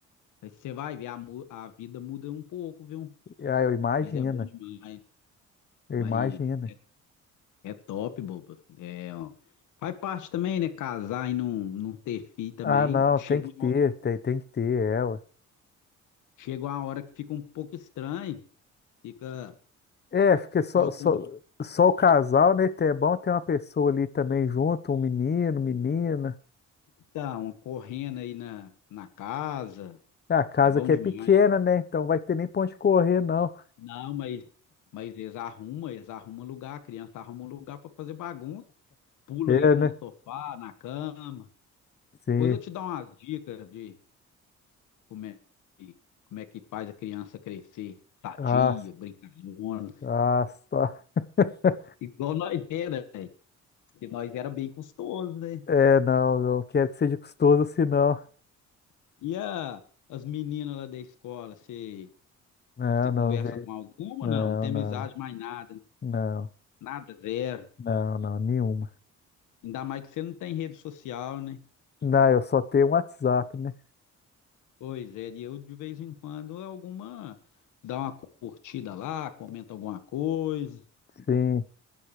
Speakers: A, on the left; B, on the left.
A: Aí você vai ver, a, mu- a vida muda um pouco, viu?
B: Ah, eu imagino,
A: Mas é bom demais.
B: eu
A: Mas
B: imagino.
A: é, é top, boba. É, ó. Faz parte também, né? Casar e não, não ter filho também.
B: Ah, não,
A: Chega
B: tem que
A: uma
B: ter,
A: hora,
B: tem, tem que ter ela.
A: chega uma hora que fica um pouco estranho. Fica
B: É, porque só,
A: faltando
B: só, só o casal, né? É bom ter uma pessoa ali também junto, um menino, menina.
A: então, correndo aí na, na casa.
B: É a casa
A: É bom
B: que
A: demais.
B: é pequena, né? Então vai ter nem pra onde correr, não.
A: Não, mas, mas eles arrumam, eles arrumam lugar, a criança arruma um lugar para fazer bagunça, pula
B: É,
A: aí
B: né?
A: no sofá, na cama.
B: Sim.
A: Depois eu te dou umas dicas de como é, que- como é que faz a criança crescer sadia,
B: Ah,
A: brincalhona,
B: ah, tá. <laughs>
A: igual nós era, velho, porque nós era bem custoso, né?
B: É, não, não quero que seja custoso assim, não.
A: E a, as meninas lá da escola, você
B: Não,
A: você conversa
B: não, vê.
A: com alguma?
B: Não,
A: Não, não tem
B: não,
A: amizade mais nada,
B: não,
A: nada zero.
B: não, não, nenhuma.
A: Ainda mais que você não tem rede social, né?
B: Não, eu só tenho um WhatsApp, né?
A: Pois é, e eu de vez em quando alguma dá uma curtida lá, comenta alguma coisa,
B: Sim.